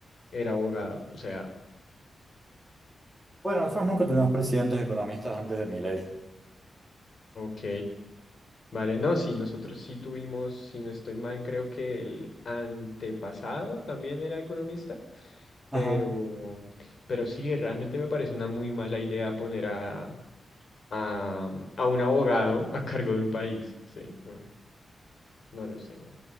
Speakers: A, on the left; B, in the centre.
A: era abogado. O sea,
B: Bueno, nosotros nunca tuvimos presidentes economistas antes de Milei.
A: ok. Vale, no, sí, nosotros sí tuvimos, si no estoy mal, creo que el antepasado también era economista, pero,
B: Ajá.
A: pero sí, realmente me parece una muy mala idea poner a, a, um, a un abogado a cargo de un país, ¿sí? No, no lo sé, ¿no?